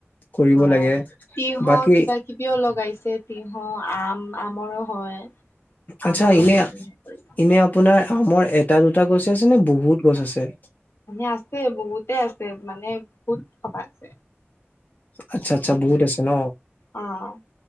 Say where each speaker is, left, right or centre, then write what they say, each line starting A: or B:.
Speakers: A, on the left; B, on the left.
A: কৰিব
B: অ
A: লাগে,
B: তিয়হ
A: বাকী
B: কিবা কিবিও লগাইছে, টিহু আম, আমৰো হয়। আমৰো
A: আচ্ছা ইনে,
B: কৰিছে
A: ইনে আপ আপোনাৰ আমৰ এটা দুটা গছে আছে নে, বহুত গছ আছে?
B: মানে আছে বহুতে আছে মানে বহুত সব আছে।
A: আচ্ছা, আচ্ছা বহুত আছে ন!
B: অ'।